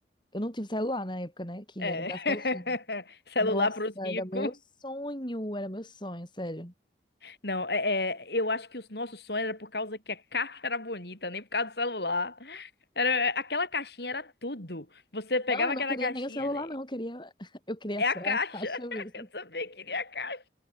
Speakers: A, on the left; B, on the left.
A: eu não tive celular na época, né? Que
B: É.
A: era das
B: <laughs>
A: caixinhas.
B: Celular
A: Nossa,
B: para os ricos.
A: era meu sonho, era meu sonho, sério.
B: Não, é, é, eu acho que os nossos sonhos era por causa que a caixa era bonita, nem por causa do celular. Era, aquela caixinha era tudo. Você pegava
A: Não, eu
B: aquela
A: não queria
B: caixinha,
A: nem o celular,
B: né?
A: não. Eu queria, <laughs> eu queria
B: É
A: só
B: a caixa.
A: a caixa
B: <laughs>
A: mesmo.
B: Eu também queria a caixa.